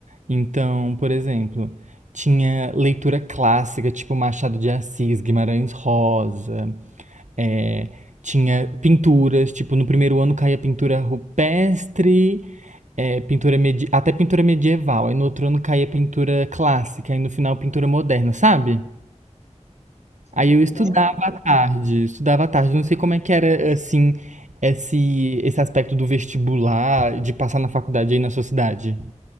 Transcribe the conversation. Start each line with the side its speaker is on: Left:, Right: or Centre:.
Right: Então, por exemplo, tinha leitura clássica, tipo Machado de Assis, Guimarães Rosa, é, tinha pinturas, tipo, no primeiro ano caía pintura rupestre, é, pintura medi- até pintura medieval, aí no outro ano caía pintura clássica, aí no final pintura moderna, sabe? Aí
Left: É que legal.
Right: eu estudava à tarde, estudava à tarde. Não sei como é que era, assim, esse, esse aspecto do vestibular, de passar na faculdade aí na sua cidade.